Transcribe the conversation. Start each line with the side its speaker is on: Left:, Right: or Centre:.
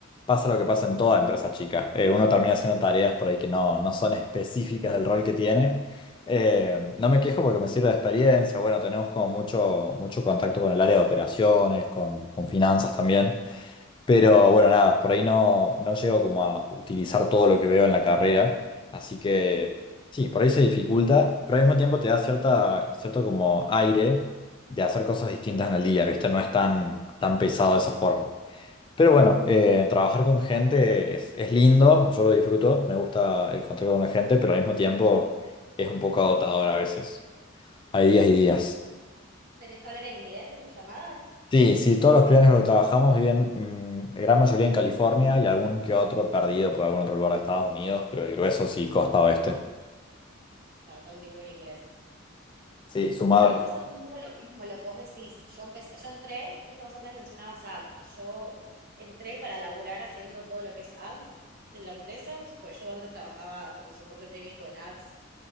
Left: pasa lo que pasa en toda empresa chica. Eh, uno termina haciendo tareas por ahí que no, no son específicas del rol que tiene. Eh, no me quejo porque me sirve de experiencia. Bueno, tenemos como mucho, mucho contacto con el área de operaciones, con, con finanzas también. Pero bueno, nada, por ahí no, no llego como a utilizar todo lo que veo en la carrera. Así que sí, por ahí se dificulta, pero al mismo tiempo te da cierta, cierto como aire de hacer cosas distintas en el día, ¿viste? No es tan, tan pesado de esa forma. Pero bueno, eh, trabajar con gente es, es lindo, yo lo disfruto, me gusta el contacto con la gente, pero al mismo tiempo es un poco agotador a veces. Hay días y días.
Right: ¿Tenés que hablar en inglés en tus llamadas?
Left: Sí, sí, todos los clientes con los que trabajamos viven, mm, la gran mayoría en California y algún que otro perdido por algún otro lugar de Estados Unidos, pero el grueso sí, costa oeste.
Right: Claro, todo el tiempo en inglés.
Left: Sí, sumado.
Right: Bueno, a mí me pasó un poco lo mismo, lo que vos decís. Yo empecé, yo entré, viste, vos antes mencionabas ads. Yo entré para laburar haciendo todo lo que es ads de la empresa, pues yo antes trabajaba como soporte técnico en ads